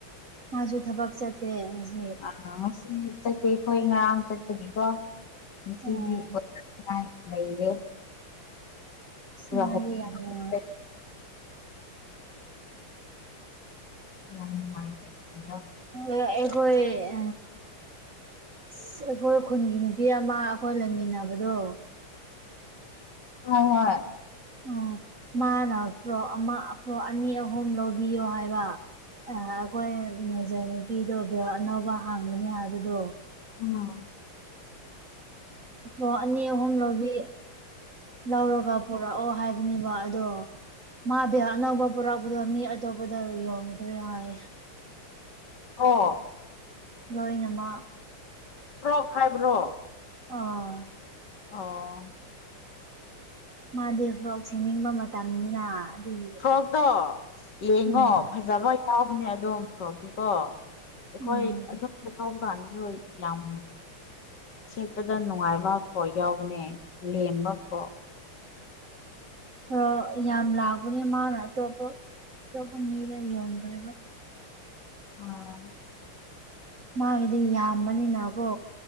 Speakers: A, on the right; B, on the left.
A: ꯃꯥꯁꯨ ꯊꯕꯛ ꯆꯠꯇꯦ ꯍꯧ
B: ꯑ ꯉꯁꯤ ꯆꯠꯇꯦ ꯑꯩꯈꯣꯏ ꯉꯔꯥꯡ ꯆꯠꯄꯒꯤꯀꯣ ꯉꯁꯤꯗꯤꯊꯅꯤꯉꯥꯏ
A: ꯎꯝ
B: ꯂꯩꯅꯦ
A: ꯁꯃꯒꯤ
B: ꯍꯌꯦꯡ
A: ꯌꯥꯔ
B: ꯌꯥꯝꯟꯅ ꯃꯥꯏꯦꯔꯣ
A: ꯑ ꯑꯩꯈꯣꯣꯏ ꯑ ꯁ ꯑꯩꯈꯣꯏ ꯈꯨꯟꯒꯤ ꯅꯨꯄꯤ ꯑꯃ ꯑꯩꯈꯣꯏ ꯂꯩꯃꯤꯟꯅꯕꯗꯣ
B: ꯍ ꯍ
A: ꯎꯝ ꯃꯥꯅ ꯐ ꯄ ꯑꯅꯤ ꯑꯍꯨꯝ ꯂꯧꯕꯤꯌꯣ ꯍꯥꯏꯕ ꯑꯩꯈꯣꯏ ꯃꯦꯖꯔ ꯅꯨꯄꯤꯗꯣ ꯕꯣꯔ ꯑꯅꯧꯕ ꯍꯥꯡꯒꯅꯤ ꯍꯥꯏꯕꯗꯣ
B: ꯎꯝ
A: ꯑꯣ ꯑꯅꯤ ꯑꯍꯨꯝ ꯂꯕꯤ ꯂꯧꯔꯒ ꯄꯨꯔꯛꯑꯣ ꯍꯥꯏꯕꯅꯦꯕ ꯑꯗꯣ ꯃꯥꯗꯤ ꯑꯅꯧꯕ ꯄꯨꯔꯛꯄꯗꯣ ꯃꯤ ꯑꯇꯣꯞꯄꯗ ꯌꯣꯟꯈ꯭ꯔꯦ ꯍꯥꯏ
B: ꯑꯣ
A: ꯂꯣꯏꯅꯃꯛ
B: ꯁ꯭ꯔꯣ ꯈꯥꯏꯕ꯭ꯔꯣ
A: ꯑꯣꯥ
B: ꯑꯣ
A: ꯃꯥꯗꯤꯦ ꯐ꯭ꯂꯣꯛ ꯁꯦꯝꯅꯤꯡꯕ ꯃꯇꯝꯅꯤꯅ ꯑꯗꯨꯒꯤ
B: ꯐꯣꯔꯣꯛꯇꯣ ꯌꯦꯡꯉꯣ
A: ꯎꯝ
B: ꯐꯖ ꯂꯣꯏ ꯌꯥꯎꯕꯅꯦ ꯑꯗꯨꯝ ꯐꯣꯔꯣꯛꯇꯤꯀꯣ ꯑꯩꯈꯣꯏ
A: ꯎꯝ
B: ꯑꯗꯨꯣꯝꯗ ꯇꯧꯕ ꯀꯥꯟꯗꯁꯨ ꯌꯥꯝ ꯁꯦꯠꯄꯗ ꯅꯨꯡꯉꯥꯏꯕ ꯐꯥꯎ ꯌꯥꯎꯕꯅꯦ ꯂꯦꯝꯕ ꯐꯥꯎ
A: ꯍ ꯌꯥꯝ ꯂꯥꯛꯕꯅꯦ ꯃꯥꯅ ꯑꯇꯣꯞꯄ ꯑꯇꯣꯞꯄ ꯃꯤꯗ ꯌꯣꯟꯈ꯭ꯔꯦꯕ
B: ꯑꯥ
A: ꯃꯥꯒꯤꯗꯤ ꯌꯥꯝꯕꯅꯤꯅꯀꯣ